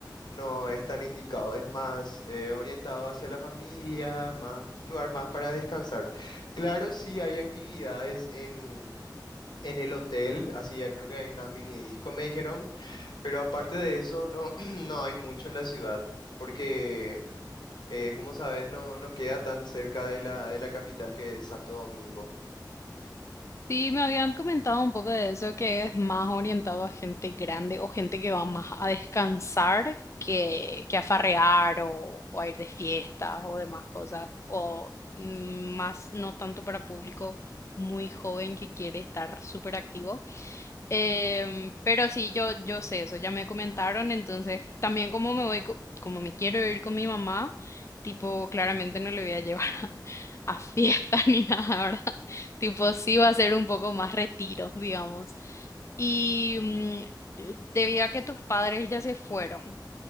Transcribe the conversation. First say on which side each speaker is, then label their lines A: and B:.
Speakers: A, on the left; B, on the left.
A: No es tan indicado, es más eh, orientado hacia la familia, más un lugar más para descansar. Claro, sí hay actividades en, en el hotel, así ya creo que hay unas mini disco, me dijeron, pero aparte de eso no, <clears throat> no hay mucho en la ciudad, porque eh, como sabes no, no queda tan cerca de la, de la capital que es Santo Domingo.
B: Sí, me habían comentado un poco de eso, que es más orientado a gente grande o gente que va más a descansar que, que a farrear o, o a ir de fiestas o demás cosas, o mm, más no tanto para público muy joven que quiere estar súper activo. Em, pero sí, yo, yo sé eso, ya me comentaron, entonces también como me voy, co- como me quiero ir con mi mamá, tipo, claramente no le voy a llevar <laughs> a, fiesta <laughs> ni nada, ¿verdad? Tipo, sí va a ser un poco más retiro, digamos. Y mm, de- debido a que tus padres ya se fueron,